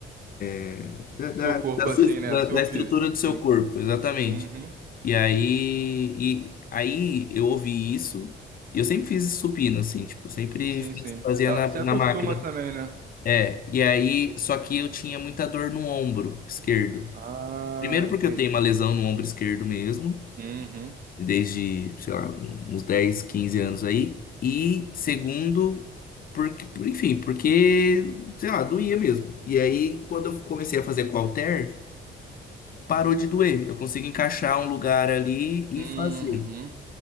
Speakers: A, on the left (about 45°); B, on the right (about 45°).
A: é, Da,
B: O
A: da,
B: seu corpo,
A: da sua-
B: assim, né?
A: da-
B: No seu
A: da estrutura
B: físico,
A: do
B: sim.
A: seu corpo, exatamente.
B: Uhum,
A: E aí, e aí eu ouvi isso, e eu sempre fiz supino, assim, tipo, sempre
B: sim,
A: fiz-
B: sim.
A: fazia
B: Tá-
A: na,
B: Você
A: na
B: acostuma
A: máquina.
B: também, né?
A: É, e aí, só que eu tinha muita dor no ombro esquerdo.
B: Ah,
A: Primeiro
B: entendi.
A: porque eu tenho uma lesão no ombro esquerdo mesmo.
B: Uhum,
A: desde, sei lá, uns 10, 15 anos aí. E segundo, porque, por, enfim, porque, sei lá, doía mesmo. E aí, quando eu comecei a fazer com halter, parou de doer. Eu consigo encaixar um lugar ali e
B: uhum.
A: fazer,